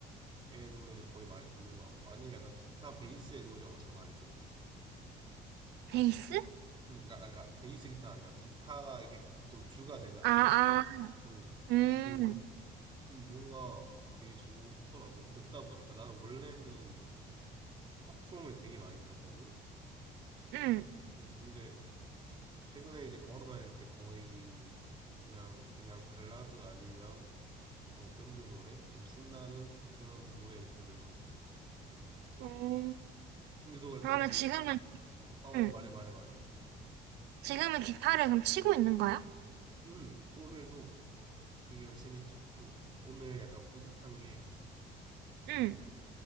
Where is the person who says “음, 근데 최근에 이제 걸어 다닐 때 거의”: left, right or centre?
Right